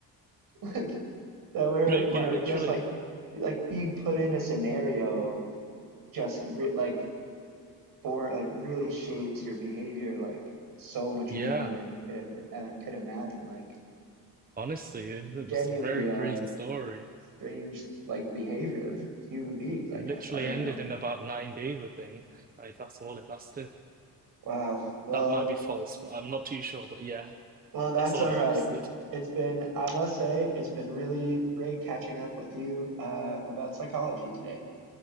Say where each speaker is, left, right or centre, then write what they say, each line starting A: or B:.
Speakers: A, on the right; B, on the right.
A: <laughs> Like that we're,
B: No,
A: you
B: quite
A: know,
B: literally.
A: just like like being put in a scenario just re like for like really shapes your behavior like so much
B: Yeah.
A: more than you could ever uh, could imagine. Like
B: Honestly, it it
A: genuinely
B: was a very crazy
A: uh
B: story.
A: strange like behavior of human beings,
B: It
A: I guess.
B: literally
A: I don't
B: ended
A: know.
B: in about nine days, I think. Like that's all it lasted.
A: Wow. Well,
B: That might be false, but I'm not too sure. But yeah,
A: Well, that's
B: that's all
A: all
B: it
A: right.
B: lasted.
A: It's been, I must say, it's been really great catching up with you uh, about psychology today.